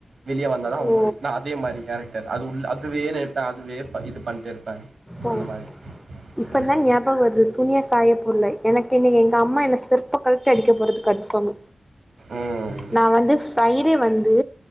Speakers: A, on the right; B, in the centre.
A: வெளிய வந்தாதா
B: ஓ
A: உண்டு நா அதே மாரி கேரக்டர் அது உள்ள அதுவே நெனப்பே அதுவே ப இது பண்ட்ருப்பே
B: ஓ
A: அந்த மாரி
B: இப்பதா
A: ம்
B: ஞாபகோ வருது துணிய காயபோல்ல எனக்கு இன்னிக் எங்க அம்மா என்ன செருப்ப கழ்ட்டி அடிக்க போறது கன்ஃபார்மு
A: ம்
B: நா வந்து ஃப்ரைடே வந்து